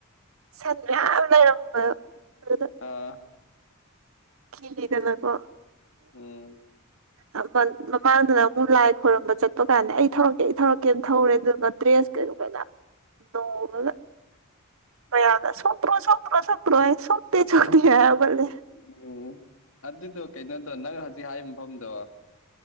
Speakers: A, on the right; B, on the left.
A: ꯁꯟ ꯃꯌꯥꯝ ꯂꯩꯔꯝꯕꯥ ꯑꯗꯨꯗ
B: ꯑꯥ
A: ꯀꯤꯗꯦꯗꯅꯥꯀꯣ
B: ꯎꯝ
A: ꯎꯝ ꯃꯃꯥꯡꯗꯨꯅ ꯑꯃꯨꯛ ꯂꯥꯏ ꯈꯣꯏꯔꯝꯕ ꯆꯠꯄ ꯀꯥꯟꯗ ꯑꯩ ꯊꯧꯔꯛꯀꯦ ꯑꯩ ꯊꯧꯔꯛꯀꯦꯅ ꯊꯧꯔꯦ ꯑꯗꯨꯒꯅ ꯗ꯭ꯔꯦꯁ ꯀꯩ ꯄꯨꯂꯞ <unintelligible> ꯃꯌꯥꯝꯅꯥ ꯁꯣꯛꯇ꯭ꯔꯣ ꯁꯣꯛꯇ꯭ꯔꯣ ꯁꯣꯛꯇ꯭ꯔꯣ ꯍꯥꯏꯌꯦ ꯁꯣꯛꯇꯦ ꯁꯣꯛꯇꯦ ꯍꯥꯏꯌꯦ
B: ꯎꯝ ꯑꯗꯨꯗꯣ ꯀꯩꯅꯣꯗꯣ ꯅꯪ ꯍꯧꯖꯤꯛ ꯍꯥꯏꯔꯤꯕ ꯃꯐꯝꯗꯣ